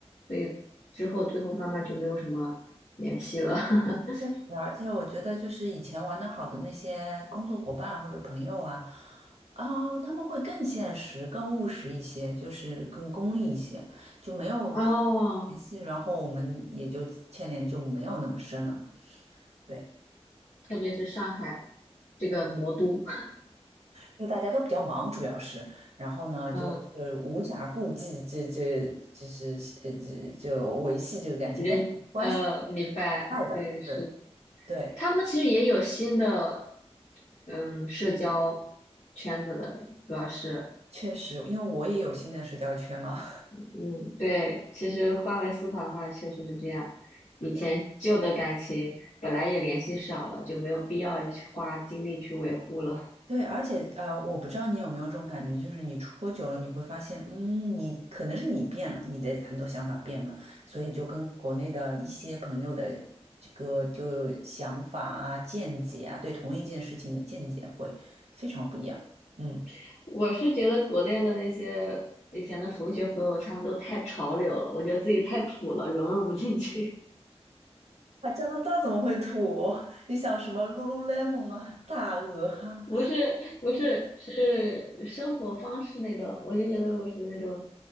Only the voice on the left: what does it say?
所以之后最后慢慢就没有什么联系了。<laughs>
哦，
特别是上海这个魔都，
<laughs> 嗯，
人呃，
明白，对，是
他们其实也有新的，嗯，社交圈子的，主要是，
嗯，对，其实换位思考的话，确实是这样。以前旧的感情本来也联系少了，
就没有必要去花精力去维护了。
<laughs> 我是觉得国内的那些以前的同学朋友，他们都太潮流了，我觉得自己太土了，融入不进去。
不是不是是生活方式那种，我就觉得我属于那种，